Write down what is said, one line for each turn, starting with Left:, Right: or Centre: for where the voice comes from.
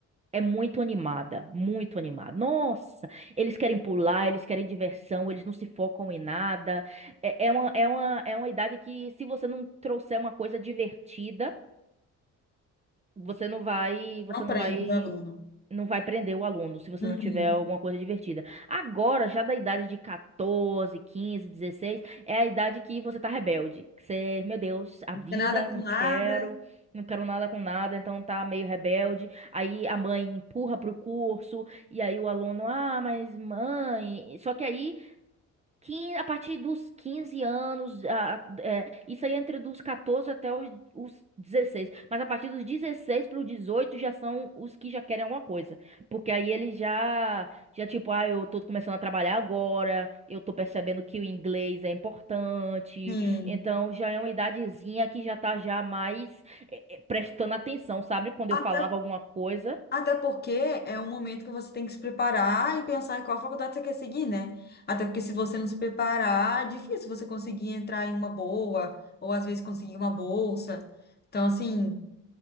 Right: é muito animada, muito animada. Nossa, eles querem pular, eles querem diversão, eles não se focam em nada. É, é uma, é uma, é uma idade que, se você não trouxer uma coisa divertida. você não vai, você
Left: próprio
Right: não vai,
Left: o aluno.
Right: não vai prender o aluno se você
Left: Uhum.
Right: não tiver alguma coisa divertida. Agora, já da idade de catorze quinze dezesseis é a idade que você tá rebelde. Que você, meu Deus, a
Left: Não
Right: vida,
Left: tem nada com
Right: não
Left: nada.
Right: quero, não quero nada com nada, então tá meio rebelde. Aí a mãe empurra pro curso, e aí o aluno, ah, mas mãe. Só que aí Quin- a partir dos 15 anos, a- a- é, isso aí é entre dos 14 até os, os 16. Mas a partir dos 16 para os 18 já são os que já querem alguma coisa. Porque aí eles já, já tipo, ah, eu tô começando a trabalhar agora, eu tô percebendo que o inglês é importante.
Left: Sim.
Right: Então já é uma idadezinha que já tá já mais é, é, prestando atenção, sabe? Quando
Left: Até,
Right: eu falava alguma coisa.
Left: até porque é um momento que você tem que se preparar e pensar em qual faculdade você quer seguir, né? Até porque se você não se preparar, é difícil você conseguir entrar em uma boa, ou às vezes conseguir uma bolsa. Então, assim,